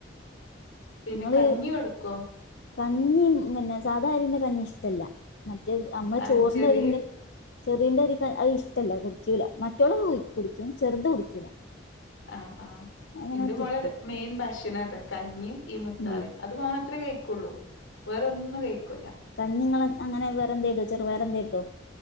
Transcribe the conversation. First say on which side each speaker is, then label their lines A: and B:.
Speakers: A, on the left (about 80°); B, on the left (about 60°).
A: പിന്നെ
B: ഇങ്ങള്
A: കഞ്ഞികൊടുക്കോ?
B: കഞ്ഞി പിന്നെ സാദാ അരീൻ്റെ കഞ്ഞി ഇഷ്ടമല്ല മറ്റേത് നമ്മള്
A: ആഹ്
B: ചോറിന്റെ
A: ചെറിയ
B: അരീൻ്റെ ചെറീന്റെ അരിക്കെ അത് ഇഷ്ടമില്ല കുടിക്കൂല മറ്റോള് കുടിക്കും ചെറുത് കുടിക്കൂല
A: ആ ആ
B: അങ്ങനെ
A: എന്റെ മോളുടെ
B: തുപ്പും
A: മെയിൻ ഭക്ഷണവാ അത് കഞ്ഞിയും ഈ മുത്താറിം
B: ഉം
A: അത് മാത്രേമേ കഴിക്കുള്ളൂ വേറൊന്നും കഴിക്കൂല
B: കഞ്ഞിങ്ങളങ്ങനെ വേറെന്തേടോ ചെറുവയറെന്തെ ടോ